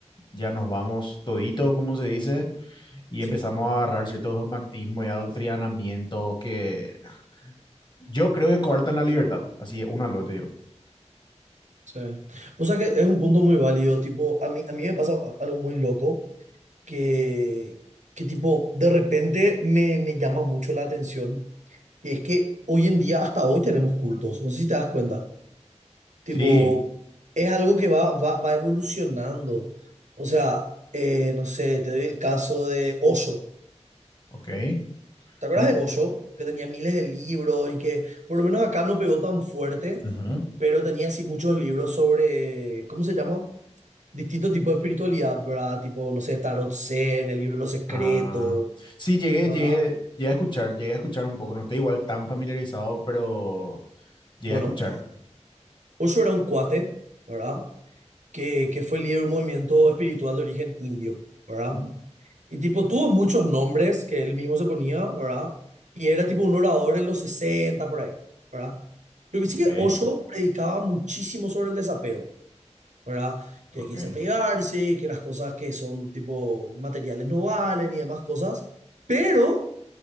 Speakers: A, on the left; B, on the right.
A: ya nos vamos todito, como se dice, y
B: Sí,
A: empezamos a agarrar ciertos dogmatismos y adoctrinamientos que Yo creo que coartan la libertad. Así es, uno al otro, digo.
B: sí. O sea que es un punto muy válido. Tipo, a mí, a mí me pasa algo muy loco que, que tipo, de repente me, me llama mucho la atención, que es que hoy en día, hasta hoy tenemos cultos, no sé si te das cuenta, tipo,
A: Sí,
B: es algo que va, va, va evolucionando. O sea, eh, no sé, te doy el caso de Osho.
A: ok.
B: ¿Te acuerdas
A: Mm,
B: de Osho? Que tenía miles de libros y que por lo menos acá no pegó tan fuerte,
A: ujú.
B: pero tenía así muchos libros sobre, ¿cómo se llama? Distintos tipos de espiritualidad, ¿verdad? Tipo, no sé, Tarot Zen, el libro de los secretos,
A: Ah, sí, llegué,
B: ¿verdad?
A: llegué, llegué a escuchar, llegué a escuchar un poco. No estoy igual tan familiarizado, pero llegué
B: Bueno,
A: a escuchar.
B: Osho era un cuate, ¿verdad? Que, que fue líder de un movimiento espiritual de origen indio, ¿verdad?
A: Ujú,
B: Y tipo, tuvo muchos nombres que él mismo se ponía, ¿verdad? Y era tipo un orador en los 60 por ahí, ¿verdad? Lo que sí
A: Ok.
B: que Osho predicaba muchísimo sobre el desapego, ¿verdad? Que
A: Ok.
B: hay que desapegarse, que las cosas que son tipo materiales no valen y demás cosas. Pero